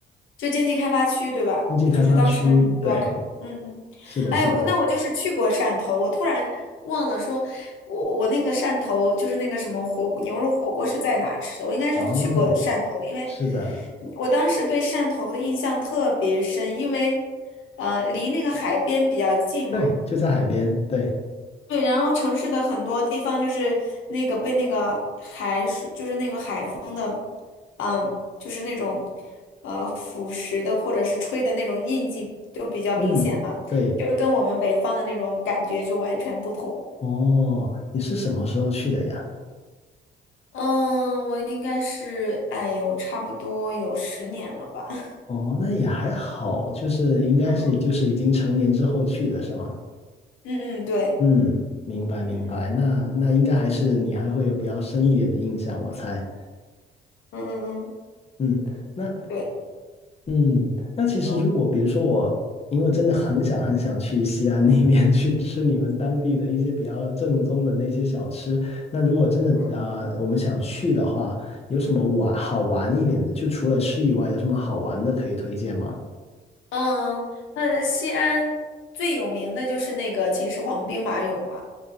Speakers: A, on the left; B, on the left.
A: 就经济开发区，对吧？
B: 经济开发区，
A: 就是当时那什么对外开，
B: 对，
A: 嗯嗯，
B: 是的，
A: 哎，
B: 是的。
A: 我那我就是去过汕头，我突然忘了说，我我那个汕头就是那个什么火牛肉火锅是在哪吃的？我应该是去过汕头，
B: 哦，
A: 因为
B: 是的，
A: 我当时对汕头的印象特别深，因为呃离那个海边比较近嘛，
B: 对，就在海边，对，
A: 对，然后城市的很多地方就是那个被那个海水，就是那个海风。嗯，就是那种呃腐蚀的或者是吹的那种印记都比较明显嘛，
B: 嗯，对，
A: 就跟我们北方的那种感觉就完全不同。
B: 哦，你是什么时候去的呀？
A: 嗯，我应该是，哎呦，差不多有十年了吧。<laughs>
B: 哦，那也还好，就是应该是就是已经成年之后去的是吗？
A: 嗯嗯嗯，对，
B: 嗯，明白明白，
A: 嗯嗯
B: 那那应该还是你还会有比较深一点的印象，我猜。
A: 嗯嗯嗯
B: 嗯，那
A: 对。
B: 嗯，那其实如果比如说我，
A: 说
B: 因为真的很想很想去西安那边 <laughs> 去吃你们当地的一些比较正宗的那些小吃，那如果真的啊、
A: 嗯，
B: 呃我们想去的话，有什么玩好玩一点的？就除了吃以外，有什么好玩的可以推荐吗？
A: 嗯，那西安最有名的就是那个秦始皇兵马俑嘛。